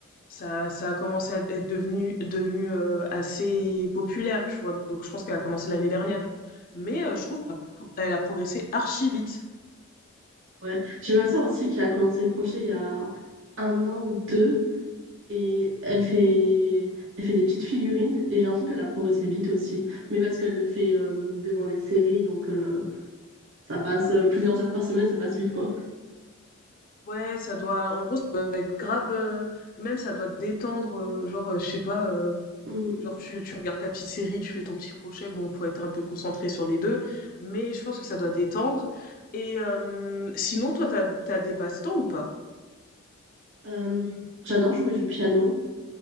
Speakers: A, on the left; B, on the right.
A: ça ça a commencé à être devenu devenu, heu, assez populaire, tu vois? Donc je pense qu'elle a commencé l'année dernière. Mais, heu, je trouve qu'elle a elle a progressé archi vite.
B: Ouais. J'ai ma sœur aussi qui a commencé le crochet il y a un an ou deux. Et elle fait, elle fait des petites figurines et j'ai l'impression qu'elle a progressé vite aussi. Mais parce qu'elle le fait euh, devant les séries, donc euh, ça passe euh, plusieurs heures par semaine, ça passe vite quoi.
A: Ouais, ça doit en gros, ça doit être grave, heu, même ça doit détendre, heu, genre, heu, je sais pas,
B: Mm.
A: Genre tu tu regardes ta petite série, tu fais ton petit crochet, bon, faut être un peu concentré sur les deux, mais je pense que ça doit détendre. Et hem, sinon, toi, t'as t'as des passe-temps ou pas?
B: Euh, j'adore jouer du piano,